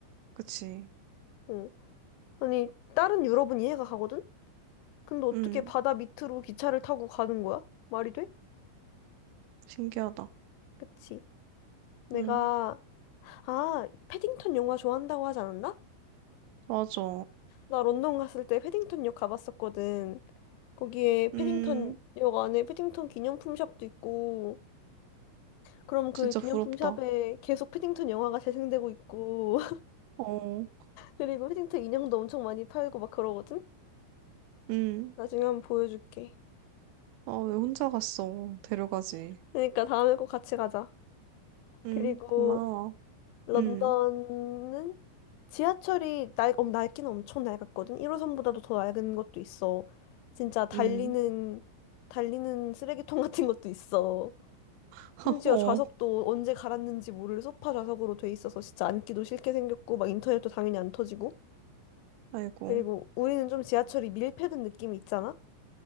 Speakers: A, on the right (about 85°); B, on the left (about 85°).
A: 그치.
B: 어. 아니, 다른 유럽은 이해가 가거든? 근데 어떻게
A: 음,
B: 바다 밑으로 기차를 타고 가는 거야? 말이 돼?
A: 신기하다.
B: 그치. 내가,
A: 음,
B: 아, 패딩턴 영화 좋아한다고 하지 않았나?
A: 맞아.
B: 나 런던 갔을 때 패딩턴 역 가봤었거든. 거기에
A: 음,
B: 패딩턴 역 안에 패딩턴 기념품 샵도 있고, 그럼 그
A: 진짜
B: 기념품
A: 부럽다.
B: 샵에 계속 패딩턴 영화가 재생되고 있고,
A: 어,
B: 그리고 힐링턴 인형도 엄청 많이 팔고 막 그러거든?
A: 음,
B: 나중에 한번 보여줄게.
A: 아, 왜 혼자 갔어? 데려가지.
B: 그러니까 다음에 꼭 같이 가자.
A: 음,
B: 그리고
A: 고마워.
B: 런던은
A: 음,
B: 지하철이 낡, 어, 낡기는 엄청 낡았거든? 1호선보다도 더 낡은 것도 있어. 진짜 달리는,
A: 음,
B: 달리는 쓰레기통 <laughs> 같은 것도 있어.
A: <laughs>
B: 심지어
A: 어,
B: 좌석도 언제 갈았는지 모를 소파 좌석으로 돼 있어서 진짜 앉기도 싫게 생겼고, 막 인터넷도 당연히 안 터지고.
A: 아이고.
B: 그리고 우리는 좀 지하철이 밀폐된 느낌이 있잖아?